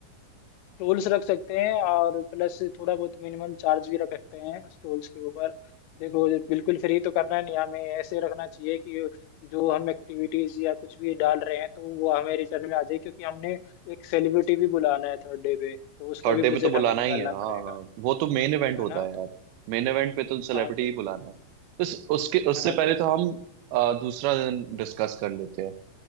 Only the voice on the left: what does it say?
टूल्स रख सकते हैं और प्लस थोड़ा बहुत मिनिमम चार्ज भी रख सकते हैं उस टूल्स के ऊपर देखो बिल्कुल फ्री तो करना नहीं हमें ऐसे रखना चाहिए कि जो हम एक्टिविटीज या कुछ भी डाल रहे हैं तो वो हमें रिटर्न में आ जाए क्योंकि हमने एक सेलिब्रिटी भी बुलाना है थर्ड डे पे तो उसका
भी
बजट
हमें निकालना
पड़ेगा
है
ना
तो
हाँ तो
हाँ
तो